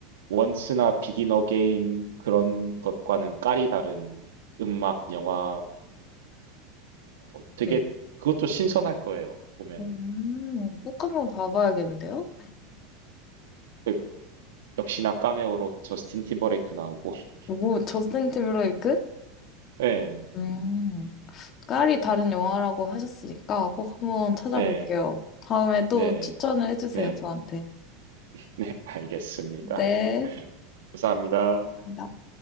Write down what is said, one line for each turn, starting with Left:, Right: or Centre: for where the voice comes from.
Right: 원스나 비긴 어게인 그런 것과는 깔이 다른 음악 영화여서
Left: 음,
Right: 되게
Left: 네.
Right: 그것도 신선할 거예요. 보면은
Left: 음, 꼭 한번 봐봐야겠는데요?
Right: 그 역시나 카메오로 저스틴 팀버레이크 나오고. <laughs>
Left: 뭐, 저스틴 팀블레이크
Right: 네,
Left: 음, 깔이 다른 영화라고 하셨으니까 꼭 한번 찾아볼게요.
Right: 네,
Left: 다음에 또
Right: 네,
Left: 추천을 해주세요,
Right: 네,
Left: 저한테.
Right: 네, 알겠습니다.
Left: 네.
Right: 감사합니다.
Left: 감사합니다.